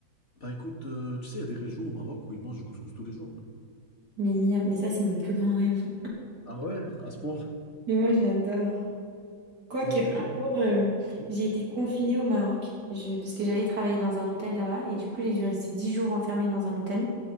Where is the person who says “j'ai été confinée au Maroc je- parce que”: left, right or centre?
Right